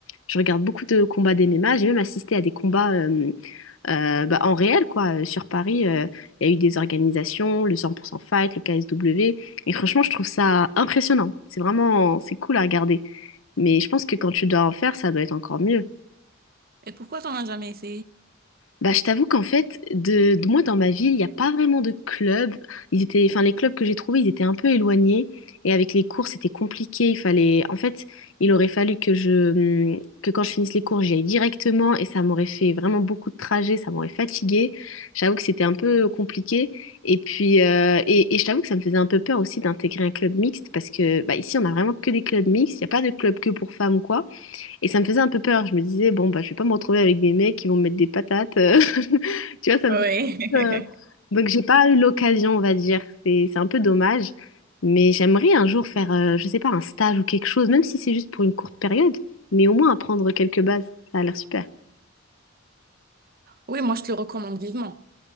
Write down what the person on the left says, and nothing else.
Je regarde beaucoup de combats d'MMA, j'ai même assisté à des combats euh, euh, bah, en réel, quoi. Euh, Sur Paris, euh, il y a eu des organisations, le 100% Fight, le KSW. Et franchement, je trouve ça impressionnant. C'est vraiment, c'est cool à regarder. Mais je pense que quand tu dois en faire, ça doit être encore mieux.
Bah, je t'avoue qu'en fait, de, de- moi dans ma ville, il n'y a pas vraiment de club. Ils étaient, enfin, les clubs que j'ai trouvés, ils étaient un peu éloignés. Et avec les cours, c'était compliqué. Il fallait, en fait, il aurait fallu que je, hmm, que quand je finisse les cours, j'y aille directement. Et ça m'aurait fait vraiment beaucoup de trajets. Ça m'aurait fatiguée. J'avoue que c'était un peu compliqué. Et puis, euh, et, et je t'avoue que ça me faisait un peu peur aussi d'intégrer un club mixte parce que, bah, ici, on a vraiment que des clubs mixtes. Il n'y a pas de club que pour femmes ou quoi. Et ça me faisait un peu peur. Je me disais, bon, bah, je vais pas me retrouver avec des mecs qui vont me mettre des patates. euh. <laughs> Tu vois, ça
me faisait
un peu, euh, Donc, j'ai pas eu l'occasion, on va dire. C'est, c'est un peu dommage. Mais j'aimerais un jour faire, euh, je sais pas, un stage ou quelque chose, même si c'est juste pour une courte période, mais au moins apprendre quelques bases. Ça a l'air super.